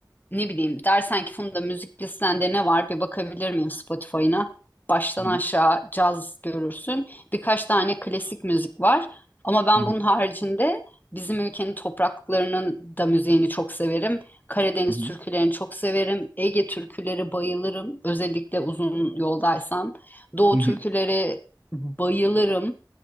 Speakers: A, on the left; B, on the right.
A: Ne bileyim dersen ki Funda müzik listende ne var bir bakabilir miyim Spotify'ına? Baştan
B: hı
A: aşağı caz görürsün. Birkaç tane klasik müzik var. Ama ben
B: hı,
A: bunun haricinde bizim ülkenin topraklarının da müziğini çok severim. Karadeniz
B: hı hı,
A: türkülerini çok severim. Ege türküleri bayılırım. Özellikle uzun yoldaysam. Doğu
B: hı hı,
A: türküleri bayılırım.